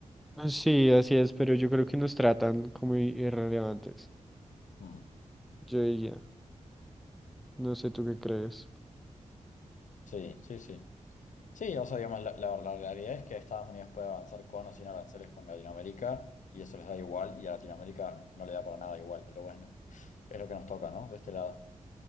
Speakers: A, in the centre; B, on the left.
A: sí, así es, pero yo creo que nos tratan como i- irrelevantes,
B: Mm,
A: yo diría. No sé tú qué crees.
B: sí, sí, sí. Sí, o sea, digamos, la, la- la realidad es que Estados Unidos puede avanzar con o sin aranceles con Latinoamérica y eso les da igual y a Latinoamérica no le da para nada igual, pero bueno, <laughs> es lo que nos toca, ¿no? De este lado.